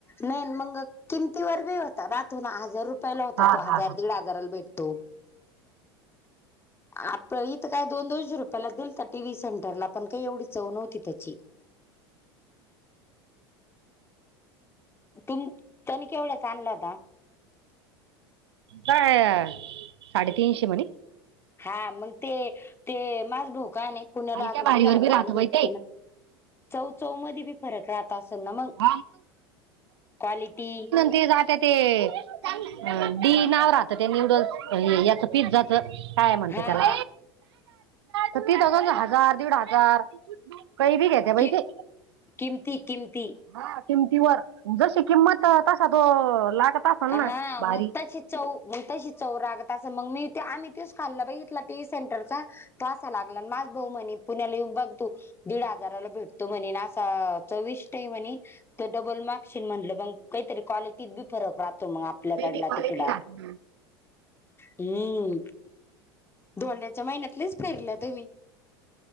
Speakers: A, on the left (about 15°); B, on the right (about 75°).
A: नाही मग किमतीवरर ब होता राातून ना हजार रुपयाला होता
B: हा
A: तो
B: हा
A: हजार
B: हा
A: दीड हार कराल भेटतो आप इथं काय दोन दोनशे रुपयाला दिल तर टीव्ही सेंटरला पण काही एवढी चव नव्हती त्याची तुम तनी केवढच आणलं होता
B: काय साडेतीनशे म्हणे
A: हा मग ते ते माझ भाऊ का नाही पुण्याला
B: हलक्या
A: आता
B: भारीवर
A: दीड हजाराला
B: बी राहत बाई
A: भेटतो
B: ते
A: ना चौ चौ मध्ये बी फरक राहता असेल ना मग
B: <inaudible>
A: क्वालिटी
B: ते जात ते डी नाव राहत ते न्यूडल्स याच पिझ्झा. काय म्हणते
A: हा
B: त्याला
A: हा
B: तर ती थजंड हजार दीड हजार काही भी कते भाई
A: कि
B: ते
A: किमती किमती
B: हा किंमतीवर जशी किंमत तसा तो लागत. असेल
A: हा
B: ना भारी
A: मग त्या चित चव मग तशी चौ रागत अस मग मी ते आम्ही तेच खाल्ल बा इथला टी सेंटरचा तो असा लागला माझ भाऊ म्हणी पुण्याला येऊन बघ तू दीड हजाराला भेटतो म्हणे ना असं चौविसही म्हणे. तो डबल मार्कशीन म्हटलं मग काहीतरी क्वालिटीत बी फरक राहतो मग आपल्याकडला
B: क्वालिटी
A: तिकडा
B: राहते
A: हम्. च्या महिन्यातलीच फेरलं तुम्ही?